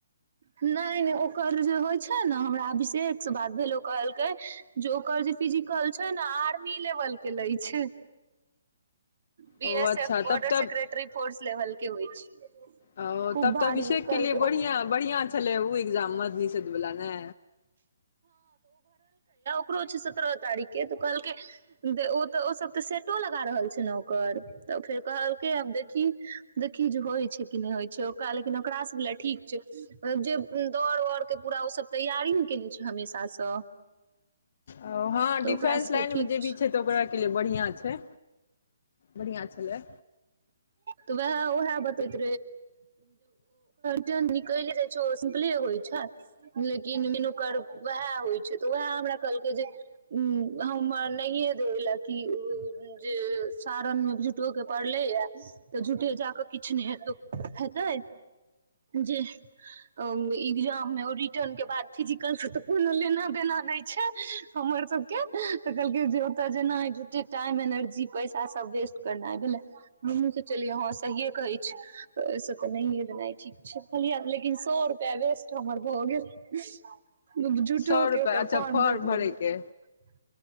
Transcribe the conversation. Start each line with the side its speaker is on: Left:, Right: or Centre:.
Right: नहि नहि ओकर जे होइ छै ने हमरा अभिषेष से बात भेल ओ कहलकै जे ओकर जे फिजिकल छै ने आर्मी लेवलके लै छै। बीएसएफ
Left: ओ अच्छा
Right: बॉर्डर
Left: तब तब
Right: सेकेटरी फोर्स। लेवल के होइ छै।
Left: ओ,
Right: खूब
Left: तब
Right: भारी
Left: तऽ अभिषेक के
Right: कहलकै
Left: लिए बढ़िआँ बढ़िआँ छलै ओ एग्जाम मधनिषदवला ने।
Right: ओो छै सत्रह तारीख के तऽ कहलक ओ सब तऽ सेटो लगा रहल छै ने। ओकर तऽ फेर कहलकै आब देखी देखह जे होइ छै कि नहि होइ छै, ओकरा लेकिन ओकरासँ लए ठीक छै जे दौड़ उरके पूरा ओसभ तैयारी ने कने छै हमेशा सँ।
Left: ओ हँ,
Right: तऽ
Left: डिफेंस
Right: ओकरा सबके
Left: लाइन
Right: ठीक
Left: मे जे भी छै तऽ ओकरा के लिए बढ़िआँ छै। से बढ़िआँ छलै।
Right: तऽ वएह उएह बतैत निकले जाय छै ओ सिम्पले होइ छै, लेकिन मनुकर वएह होइ छै, तऽ उएह हमरा कहलकै जे उ हम नहिे देेल, किी उ जे सारन मे झूठो के पड़लेय तऽ झूठे जा कऽ किछु नहि हेत हेतै, जे एकग्जाममे रिटर्न के बाद फिजिकल तऽ कोनो लेना देना नहि छै हमर सभके तऽ कहलकै जे ओतय जेना झूठे टाइम एनर्जी पैसा सभ वेस्ट करनाइ भेलै। हमूँ सो चलियै हँ सहिए कहै छी, ओसँ तऽ नहिे देना ठीक छै कहल लेकिन सए रुपआ वेस्ट हमर भऽ गेल। झुटो
Left: सए रुपैआ
Right: के ओकर
Left: अच्छा
Right: फॉर्म भर
Left: भरयके
Right: ले रह।